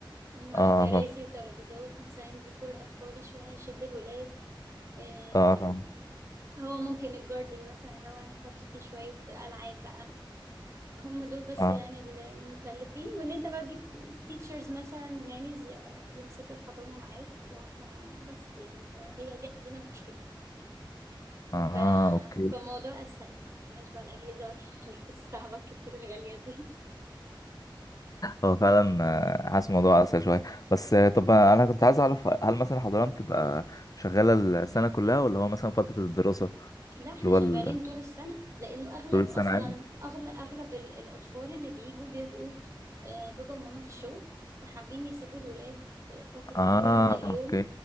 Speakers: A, on the right (about 35°); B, on the left (about 45°).
A: هما
B: اه
A: كراسي
B: فاهم
A: وترابيزات مثلا ديكور اطفالي شوية يشد الولاد آم،
B: اه فاهم
A: هو ممكن الجاردن مثلا لو هنحط فيه شوية ألعاب بقى هم دول بس
B: اه
A: يعني المكلفين وان انت بقى تجيب تيتشرز مثلا ونانيز يمسكوا الحضانة معاك هم بس يعني هي دي عندنا مشكلة
B: اه آه،
A: ف...
B: اوكي
A: فموضوع أسهل مبقناش بقى الأجهزة <laughs> والحاجات الصعبة الكتير الغالية دي
B: هو فعلا آه، حاسس الموضوع اسهل شويه بس آه، طب انا كنت عايز اعرف هل مثلا حضانه بتبقى شغاله السنه كلها ولا هو مثلا فتره الدراسه
A: لا احنا
B: اللي
A: شغالين
B: هو ال-
A: طول السنة لأنه أغلب
B: طول السنه
A: أصلا
B: عادي
A: أغلب أغلب ال- الأطفال اللي بيجوا بيبقوا آه، بابا وماما في الشغل فحابين يسيبوا الولاد فترة كبيرة
B: اه
A: من اليوم
B: اوكي